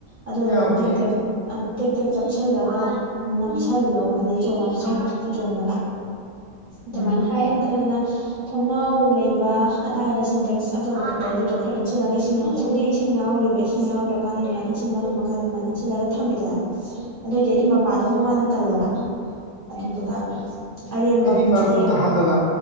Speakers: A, on the right; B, on the left.
A: ꯑꯗꯨꯗꯨꯅ
B: ꯌꯥꯕꯅꯦ
A: ꯇꯦꯛ ꯇꯦꯛ ꯑꯥ ꯇꯦꯛ ꯇꯦꯛ ꯆꯞꯁꯜꯂꯒ ꯅꯞꯁꯜꯂꯣ ꯍꯥꯏꯗꯤ ꯆꯣꯡꯉꯖꯨ ꯆꯦꯔꯪ ꯃꯊꯛꯀꯤ ꯆꯣꯡꯅꯕ ꯑꯗꯨꯃꯥꯏꯅ
B: ꯎꯝ
A: ꯍꯥꯏ ꯑꯩꯅ ꯈꯜꯂꯤꯅ ꯊꯣꯡꯅꯥꯎ ꯂꯩꯕ ꯑꯗꯥꯏꯗ ꯁꯦꯟꯇꯦꯛꯁ ꯑꯆꯧꯕꯗꯣ ꯑꯗꯨꯗꯣ ꯈꯔ ꯏꯟꯁꯤꯜꯂꯒ ꯏꯁꯤꯡ ꯌꯥꯎ ꯍꯧꯖꯤꯛꯄꯨꯗꯤ ꯏꯁꯤꯡ ꯌꯥꯎꯔꯤꯕ ꯏꯁꯤ ꯏꯁꯤꯡ ꯌꯥꯎꯗ꯭ꯔꯀꯥꯟꯗ ꯑꯗꯨꯃꯥꯏꯅ ꯏꯟꯁꯤꯟꯕ ꯉꯃꯀꯥꯟꯗ ꯑꯗꯨꯃꯥꯏꯅ ꯏꯟꯁꯤꯜꯂꯒ ꯊꯝꯃꯦꯗꯅ ꯑꯗꯨꯑꯣꯏꯗꯤ ꯑꯗꯨꯏ ꯃꯄꯥꯗꯨꯃꯥ ꯃꯥꯅ ꯀꯜꯂꯕ ꯑꯗꯨꯗꯨꯒ ꯑꯔꯦꯝꯕ
B: ꯍꯥꯏꯗꯤ
A: ꯃꯇꯦꯛ
B: ꯃꯔꯨꯝ ꯇꯥꯍꯜꯂꯕ